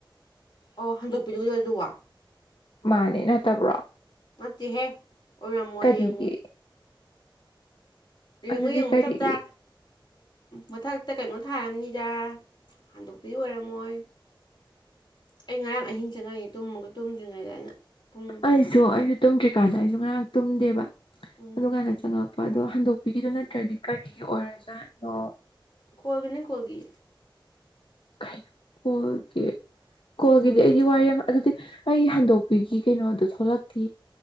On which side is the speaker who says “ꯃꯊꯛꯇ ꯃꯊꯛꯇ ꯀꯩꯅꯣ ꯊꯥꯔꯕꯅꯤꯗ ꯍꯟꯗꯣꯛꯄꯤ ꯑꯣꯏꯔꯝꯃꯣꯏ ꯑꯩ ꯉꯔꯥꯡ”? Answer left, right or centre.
Left